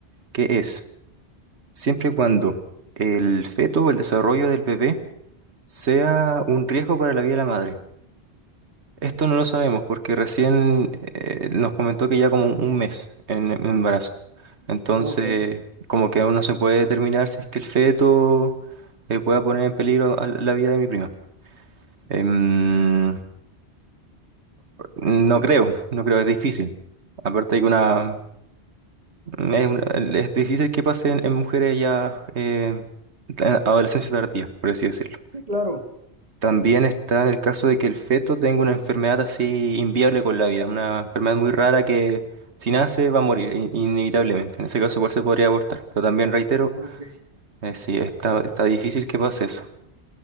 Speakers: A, on the right; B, on the right.
A: que es siempre y cuando el feto o el desarrollo del bebé sea un riesgo para la vida de la madre. Esto no lo sabemos porque recién eh, nos comentó que ya como un mes en el embarazo. Entonces,
B: Ok, sí,
A: como que aún no se puede determinar si es que el feto eh, pueda poner en peligro a la vida de mi prima. Em, no creo, no creo, es difícil. Aparte de que una, es, una- es difícil que pase en, en mujeres ya eh, en adolescencia tardía, por así decirlo.
B: claro.
A: También está en el caso de que el feto tenga una enfermedad así inviable con la vida, una enfermedad muy rara que si nace va a morir in- inevitablemente. En ese caso igual se podría abortar, pero también reitero,
B: Ok.
A: eh, sí, está, está difícil que pase eso.